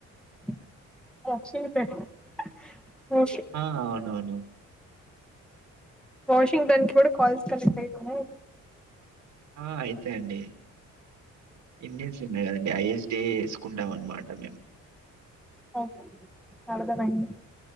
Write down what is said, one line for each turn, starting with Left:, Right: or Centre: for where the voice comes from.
Centre: <unintelligible>
Right: ఆ! అవునవును.
Centre: వాషింగ్టన్ కి కూడా కాల్స్ కలె <inaudible>
Right: ఆ అయితే అండి ఇన్న సిమ్ే కదండి ఐఎస్డ వేసుకుంటామ మాటే
Centre: ఓకే అర్థమైంది